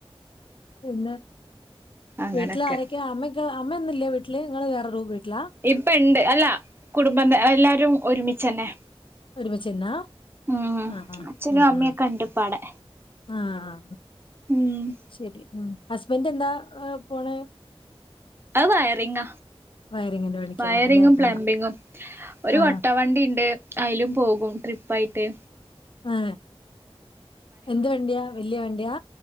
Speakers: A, on the left; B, on the right.
A: പിന്നെ
B: അങ്ങനൊക്കെ
A: വീട്ടില് ആരക്കെയാ അമ്മ അമ്മ ഒന്നുല്ലേ വീട്ടില് ങ്ങള് വേറോരു വീട്ടിലാ
B: ഇപ്പ ഇണ്ട് അല്ല കുടുംബ എല്ലാരും ഒരുമിച്ചന്നെ
A: ഒരുമിചെന്നാ
B: ഉം
A: അ അ
B: അച്ഛനും
A: ഉം
B: അമ്മയൊക്കെ
A: ഉം
B: ഇണ്ട്പ്പടെ
A: ആഹ്
B: ഉം
A: ശെരി ഉം ഹസ്ബന്റ് എന്താ പോണെ
B: അത് വയറിങ്ങ
A: വയറിങ്ങിന്റെ പണിക്കാ
B: വയറിങ്ങും
A: പോണെ അല്ലേ
B: പ്ലംബിങ്ങും
A: ആ
B: ഒരു
A: ആ
B: കൊട്ടവണ്ടി ഇണ്ട് അയിലും പോകും ട്രിപ്പായിട്ട്
A: ഏ എന്ത് വണ്ടിയാ വല്ല്യ വണ്ടിയാ